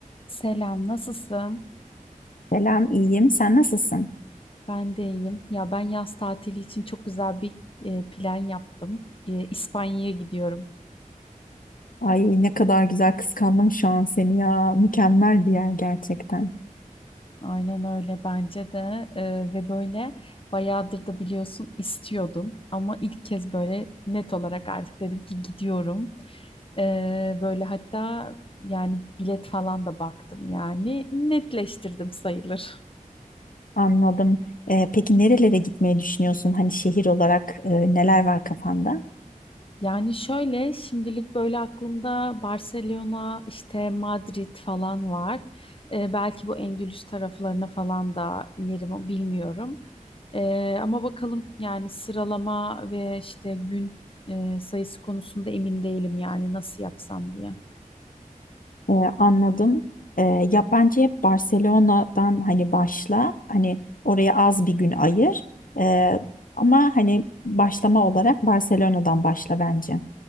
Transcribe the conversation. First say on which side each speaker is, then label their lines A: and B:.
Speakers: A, on the left; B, on the left.
A: Selam, nasılsın?
B: Selam, iyiyim. Sen nasılsın?
A: Ben de iyiyim. Ya ben yaz tatili için çok güzel bir e, plan yaptım. E, İspanya'ya gidiyorum.
B: Ay ne kadar güzel kıskandım şu an seni ya. Mükemmel bir yer gerçekten.
A: Aynen öyle bence de E, ve böyle bayağıdır da biliyorsun istiyordum ama ilk kez böyle net olarak artık dedim ki gidiyorum. E, böyle hatta yani bilet falan da baktım yani netleştirdim sayılır.
B: Anladım. Ee, peki nerelere gitmeyi düşünüyorsun? Hani şehir olarak e, neler var kafanda?
A: Yani şöyle şimdilik böyle aklımda Barcelona, işte Madrid falan var. Ee, belki bu Endülüs taraflarına falan da inerim bilmiyorum. Ee, ama bakalım yani sıralama ve işte gün e, sayısı konusunda emin değilim yani nasıl yapsam diye.
B: Ee, anladım. Ee, ya bence hep Barcelona'dan hani başla. Hani oraya az bir gün ayır. Ee, ama hani başlama olarak Barcelona'dan başla bence.